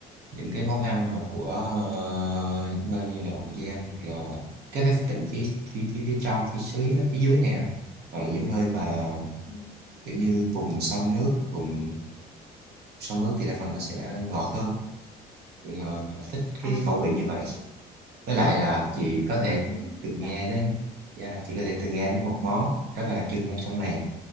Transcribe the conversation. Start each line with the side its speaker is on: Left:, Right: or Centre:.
Right: những cái món ăn mà của ờ, những nơi như là Hậu Giang hoặc là các cái tỉnh phía phía phía, phía trong phía dưới phía dưới này á, hoặc là những nơi mà
Centre: Ừ.
Right: kiểu như vùng sông nước vùng sông nước thì đa phần nó sẽ ngọt hơn Thì, ờ, họ thích cái
Centre: à đúng
Right: khẩu
Centre: rồi
Right: vị như vậy với lại là chị
Centre: vùng
Right: có
Centre: vùng
Right: thể
Centre: sông nước kiểu
Right: từng
Centre: dạng
Right: nghe đến yeah, chị có thể từng nghe đến một món rất là đặc trưng ở trong này